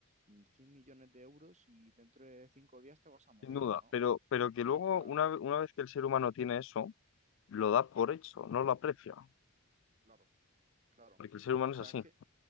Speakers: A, on the right; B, on the left.
A: mm, 100 millones de euros y dentro de cinco días te vas a morir,
B: sin duda,
A: ¿no?
B: pero,
A: O
B: pero que luego,
A: sea,
B: una, una vez que el ser humano tiene eso, lo da por hecho, no lo aprecia,
A: claro. Claro.
B: porque
A: O
B: el ser humano
A: sea,
B: es así.
A: es que